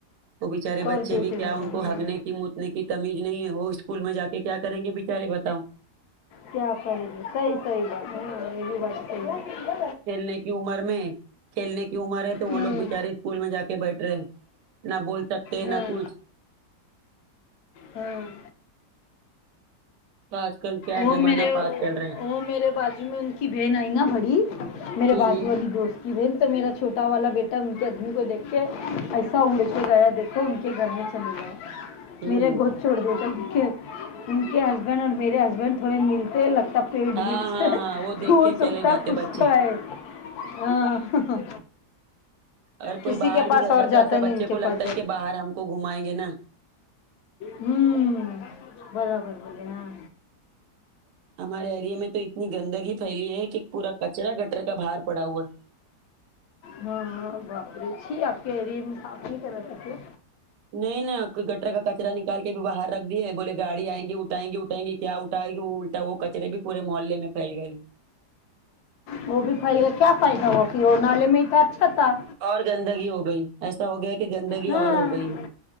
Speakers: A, on the right (about 85°); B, on the left (about 75°).
A: وہ بچارے
B: کر
A: بچے
B: دیتے
A: بھی کیا
B: بابا
A: ان کو
B: ہاں
A: ہگنے کی متنے کی کمیز نہیں ہے وہ اسکول میں جا کے کیا کریں گے بچارے بتاؤ
B: کیا کریں گے صحیح صحیح بات یہ ہمے بھی بات صحیح ہے
A: کھیلنے کی عمر میں کھیلنے کی عمر ہے تو وہ
B: ہوں
A: لوگ بچارے اسکول میں جا کے بیٹھ رہے نہ بول سکتے ہیں
B: ہاں
A: نہ کچھ
B: ہاں
A: تو آج کل کیا
B: وہ
A: زمانہ
B: میرے
A: پاس چل رہا ہے
B: وہ میرے بجو میں کی بہن آئی نا بڑی میرے
A: ہ
B: بجو والی دوست کی بہن تو میرا چھوٹا والا بیٹا آدمی کو دیکھ کے ایسا اڑ کے گیا دیکھ کے ان کے گھر میں چلے گئے
A: ہ ہ
B: میرے گودھ چھوڑ دیکے ان کے ہسبینڈ اور میرے ہسبینڈ تھوڑے ملتے لگتا پیٹ
A: ہاں
B: بھی
A: ہاں
B: ہے
A: ہاں وہ دیکھ
B: تو ہو
A: کے
B: سکتا
A: چلے جاتے
B: کچھ
A: بچے
B: توہ ہے ہاں
A: اورگر کوئی
B: کسی
A: باہر
B: کے پاس
A: بھی رہے
B: اور
A: گا
B: جاتا
A: تو ایسا
B: نہیں
A: بچے
B: ان کے
A: کو لگتا
B: پاس
A: ہے
B: جو
A: کہ باہر ہم کو گھمائیں گے نا
B: ہمم برابر بولے ہاں
A: ہمارے ایریے میں تو اتنی گندگی پھیلی ہے کہ پورا کچرا گٹر کا باہار پڑا ہوا ہے
B: ہاں ہاں باپرے چھی آپ کے ایریے میں صاف نہیں کراتے کیا
A: نہیں نہ گٹر کا کچرا نکال کے بھی باہر رکھ دیے ہے بولے گاڑی آئ گی اٹھائ گی اٹھائ گی کیا اٹائے گی وہ الٹا وہ کچرے بھی پورے موحلے میں پھیل گئی
B: وہ بھی فائی گا کیا فائدا ہوا کہ وہ نالے میں ہی تو اچھا تھا
A: اور گندگی ہو گئی ایسا ہو گیا کہ گندگی
B: ہاں
A: اور ہو گئی